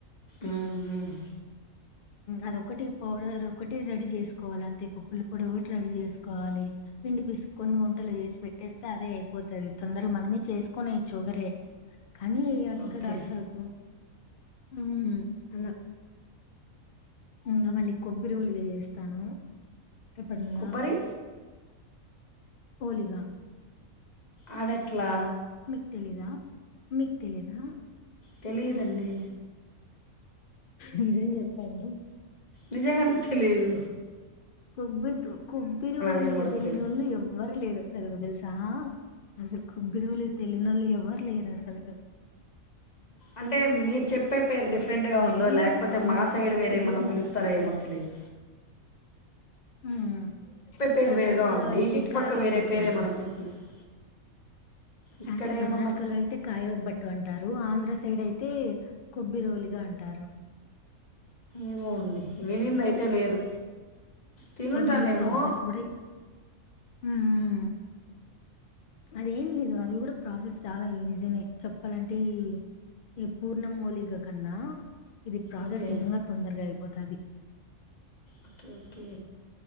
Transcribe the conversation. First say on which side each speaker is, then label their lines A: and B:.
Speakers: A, on the left; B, on the left.
A: ఉమ్, ఉమ్.
B: అదిొటి పౌడర్ ఒకటి రెడీ చేసుకోవాలి అే ఇప్పుడు ఒకటి రెడీ చేసుకోవాలి పిండి పిసుకొని వంటలు చేసి పెట్టేస్తే అదే అయిపోతుది తొందర మనమే చేసుకునే ఇచ్చుగరే కానీ ఇక్కడ
A: ఓకే
B: అసలుకు హ్మ్ అలాా ఇంకా మళ్ళీ కొబ్బరిోలిగా చేస్తాను ఎక్కడున్న
A: కొబ్బరి
B: ఓలిగ
A: అవి ఎట్లా
B: మీక్ తెలీదా మీక్ తెలీదా
A: తెలీయదండి
B: నిజం జెప్పండి
A: నిజంగానే తెలీదు
B: కొబ్బితు కొబ్బిరి ఓలిగ
A: నేను కూడా
B: తెలీనోళ్ళ
A: పేరు
B: ఎవ్వరులేరు అసలుగు తెల్సా అసలు కొబ్బరి ఓలిగ తెలీనోళ్లు ఎవ్వరు లేరు అసలుకు
A: అంటే మీరు చెప్పే పేరు డిఫరెంట్గా
B: మైన్లీ
A: ఉందో లేకపోతే
B: కర్ణాటకలో
A: మా సైడ్ వేరే
B: ఫేమస్
A: ఏమన్నా పిలుస్తారో
B: అసలకి.
A: ఏమో తెలీదు
B: ఉమ్ ఈ
A: పేరు
B: కర్ణాటకలో
A: వేరుగా ఉంది
B: అయితే
A: ఇటుపక్క
B: కాయఉబ్బట్టు
A: వేరే పేరు
B: అంటారు
A: ఏమన్నా పెట్టి పిలుస్త- ఇక్కడ
B: అంటే కర్ణాటకలో
A: ఏమన్నా
B: అయితే కాయఉబ్బట్టు అంటారు ఆంధ్ర సై సైడ్ అయితే కొబ్బిరి ఓలిగా అంటారు
A: ఏమో అండి వినింది అయితే లేదు. తినుంటానేమో
B: అదీ ప్రాసెస్ గూడా ఊ ఊ ఉ అదేం లేదు అది గూడ ప్రాసెస్ చాలా ఈజీనే చెప్పాలంటే ఈ ఈ పూర్ణం ఓలిగ కన్నా ఇది ప్రాసెస్
A: ఓకే
B: ఇంగా తొందరగా అయిపోతాది.
A: ఒక్కే ఓ కే